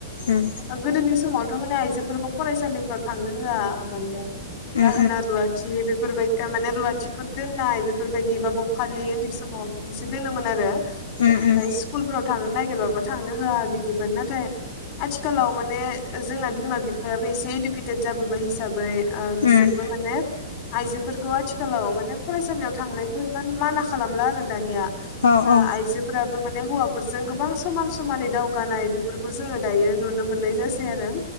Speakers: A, on the left; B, on the left.
A: उम
B: गोदोनि समाव माने आइजोफोरखौ फरायसालिफोराव थांनो होआ माने दाहोना
A: उम
B: रुवाथि बेफोरबाय माने रुवाथिफोर दोननाय बेफोरबायदि एबा बखालि उन्दै समाव बिदिसो दोनोमोन आरो।
A: उम
B: बेनिफ्राय
A: उम
B: स्कुलफोराव थांनो नागिरबाबो थांनो होआ बिदिमोन नाथाय आथिखालाव माने जोंना बिमा बिफायाबो एसे इदुकेटेद जाबोबाय हिसाबै बै ओं बिसोरबो
A: उम
B: माने आइजोफोरखौ आथिखालाव माने फरायसालियाव थांनायखौ इमान माना खालामला आरो दानिया।
A: औ
B: ओं
A: औ
B: आइजोफोराबो माने हौवा बेफोरजों गोबां समान समानै दावगानाय बेफोरखौ जोङो दायो नुनो मोननाय जासै आरो।